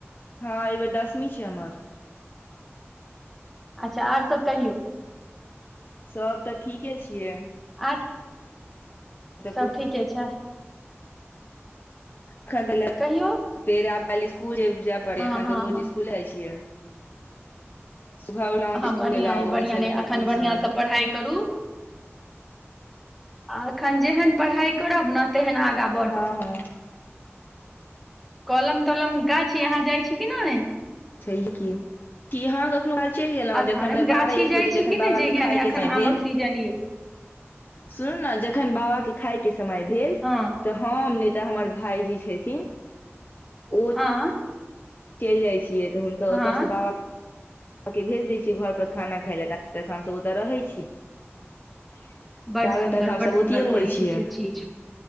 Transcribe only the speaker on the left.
हँ एहि बेेर दसमी छै हमर
सब त ठीके छिय
पूरा।
एखन तलेंक
फेर आब कालिह स्कुल जाय पड़य
या अखन
त रोज
स्कुल जाइ छियै सुबह उठलहूँ
स्कूल
ऐलौह
फेर
ट्यूशन
हँ हँ
छैहे की की हाँ कखनो चलि गेलहुँ
जखन
बारह एक
बजे
जखन
बाबा
के
खााय
के समय
भेल
सुनू ने जखन बाबाके खाायके समय भेल
तऽ हम तऽ हमर भइजी छथिन ओ
चलि जाइ छियै तऽ हुनका
ओतयसँ बाबा के भेज दै छी घर पर खाना खाय लए त तक हमस ओतय रहै छी <unintelligible>
ताबे
तक हमसभ
ओतहिए रहै
छियै